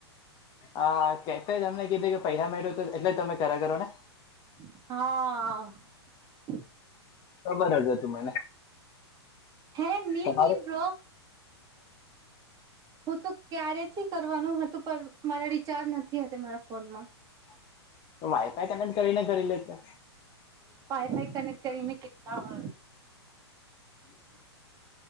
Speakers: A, on the left (about 35°); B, on the right (about 25°).
A: હા કે તમને કીધે કે પૈસા મેટ્યું તો એટલે તમે ખરા કરો ને.
B: <inaudible>
A: ખબર હશે તું મને.
B: હે નિ
A: તમારું
B: નિ બ્રો હું તો ક્યારેથી કરવાનું હતું પણ મારા રિચાર્જ નથી મારા ફોનમાં.
A: વાયફાઈ કનેક્ટ કરીને કરી લેતે.
B: પાયફાઈ કનેક્ટ કરી કેટલા હો